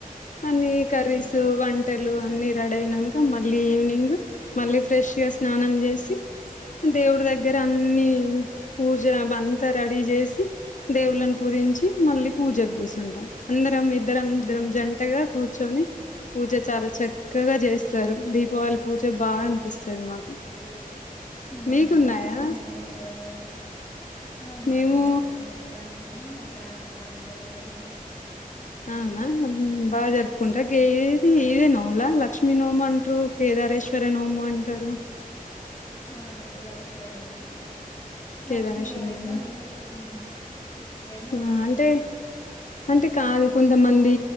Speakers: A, on the left; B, on the left.
A: అన్ని కర్రీసు
B: మ్మ్.
A: వంటలు అన్ని రెడ అయినాక మళ్ళీ ఈవినింగ్ మళ్ళ ఫ్రెష్గా స్నానం చేసి దేవుడి దగ్గర అన్ని పూజ అంవంత రెడీ చేసి దేవుళ్లను పూజించి మళ్ళీ పూజకు గుసుంటం అందరం ఇద్దరం
B: మ్మ్.
A: ఇద్దరం జంటగా కూర్చొని పూజ చాలా చక్కగా చేస్తారు దీపావళి పూజ బాగాని పిస్తది మాకు
B: అ అవున
A: మీకున్నాయా
B: ఎంతమంది మేడం మి సారు వాళ్ళు ఆ మా
A: మేము
B: కూడా ఉన్నాయి మేడం ఇక్కడ ఉన్నాయి అక్కడ అమ్మ వాళ్ళు ఇంటి దగ్గర కూడా ఉన్నాయి
A: అవునా బాగా జరుకుంట్ర గే ఏ ది ఇదే నోముల లక్ష్మీ నోము మంట్రు కేదారష్ సరే నోము అంటారు
B: ఆ కేద రేశు నోమె
A: కేదారేశ్వర
B: లక్ష్మీ ఇగా రెండు
A: నోము
B: అంతే ఉ రెండు
A: ఆ!
B: ఒకటే
A: అంటే
B: మేడం
A: అంటే కాదు కొంతమంది
B: నోమ్